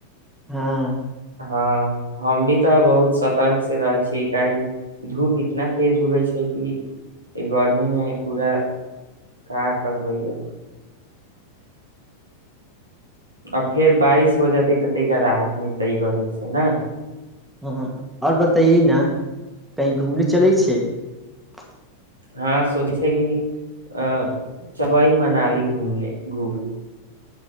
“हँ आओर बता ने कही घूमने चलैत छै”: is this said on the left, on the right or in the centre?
Centre